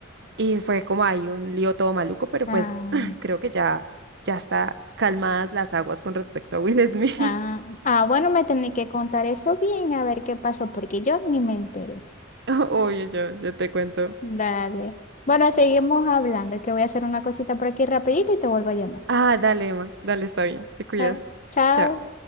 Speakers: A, on the right; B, on the left.
A: y fue como ahí un lío todo maluco, pero
B: Ah,
A: pues <clears throat> creo que ya, ya está calmadas las aguas con respecto a Will Smith.
B: ah, ah, bueno, me tenés que contar eso bien, a ver qué pasó, porque yo ni me enteré.
A: <laughs> Oye, yo, yo te cuento.
B: Dale. Bueno, seguimos hablando, que voy a hacer una cosita por aquí rapidito y te vuelvo a llamar.
A: Ah, dale, Emma, dale, está bien, te cuidas.
B: Cha- Chao.
A: Chao.